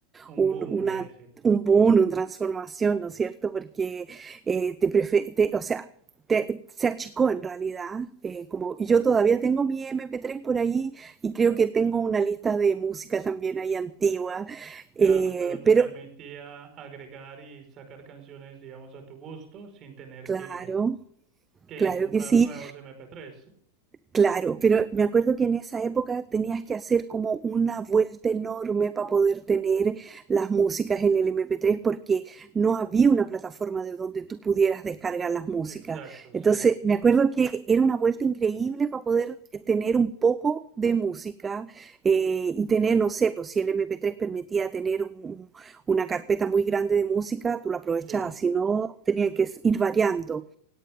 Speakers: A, on the right; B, on the right.
A: Un
B: un-
A: boom,
B: una,
A: un éxito.
B: un boom, una transformación, ¿no es cierto? Porque eh, te prefe- te- o sea, te- se achicó en realidad. eh, como y yo todavía tengo mi MP3 por ahí y creo que tengo una lista de música también ahí antigua. eh,
A: Claro, pero te
B: pero
A: permitía agregar y sacar canciones, digamos, a tu gusto sin tener
B: claro,
A: que, que
B: claro
A: comprar
B: que sí.
A: nuevos MP3.
B: Claro, pero me acuerdo que en esa época tenías que hacer como una vuelta enorme para poder tener las músicas en el MP3 porque no había una plataforma de donde tú pudieras descargar las músicas.
A: Exacto,
B: Entonces,
A: sí.
B: me acuerdo que era una vuelta increíble para poder eh, tener un poco de música eh, y tener, no sé, pues si el MP3 permitía tener un- un- una carpeta muy grande de música, tú la aprovechabas,
A: Sí,
B: si no, tenían que ir variando.